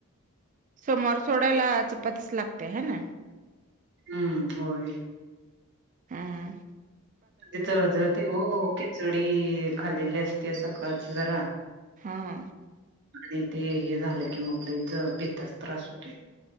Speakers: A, on the right (about 35°); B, on the right (about 55°).
A: सोमवार सोडायला चपातीस लागते हाय ना?
B: हम्म होय.
A: हम्म, हम्म.
B: ते जळजळते ओ खिचडी खाल्लेली असते सकाळचं जरा
A: हां.
B: आणि ते हे झालं की मग ल ज पित्ताच त्रास होते.